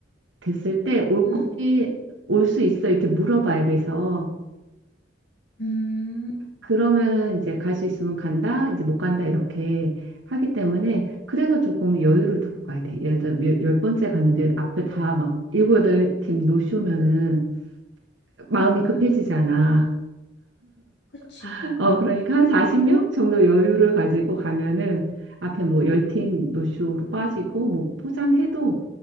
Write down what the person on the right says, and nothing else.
됐을 때 올
거니 올 수 있어 이렇게 물어봐 앱에서
그러면은 이제 갈 수 있으면 간다 이제 못 간다 이렇게 하기 때문에 그래서 조금 여유를 두고 가야 돼 예를 들어 몇- 열 번째 갔는데 앞에 다 막 일곱 여덟 팀 노쇼면은 마음이
급해지잖아
<laughs> 어 그러니까 한 40명 정도 여유를 가지고 가면은 앞에 뭐 열 팀 노쇼로 빠지고 뭐 포장해도